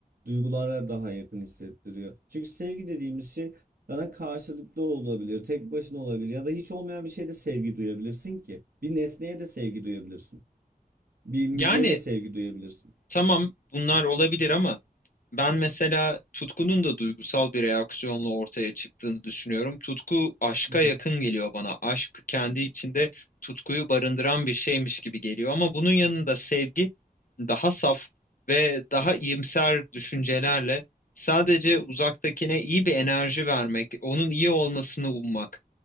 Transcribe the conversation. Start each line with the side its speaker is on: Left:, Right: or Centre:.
Right: duygulara daha yakın hissettiriyor. Çünkü sevgi dediğimiz şey sana karşılıklı olabilir, tek başına olabilir ya da hiç olmayan bir şeyde sevgi duyabilirsin ki. Bir nesneye de sevgi duyabilirsin. Bir müziğe
Left: Yani
Right: de sevgi duyabilirsin.
Left: tamam bunlar olabilir ama Ben mesela tutkunun da duygusal bir reaksiyonla ortaya çıktığını düşünüyorum. Tutku aşka
Right: Mhm,
Left: yakın geliyor bana. Aşk kendi içinde tutkuyu barındıran bir şeymiş gibi geliyor ama bunun yanında sevgi daha saf ve daha iyimser düşüncelerle sadece uzaktakine iyi bir enerji vermek, onun iyi olmasını ummak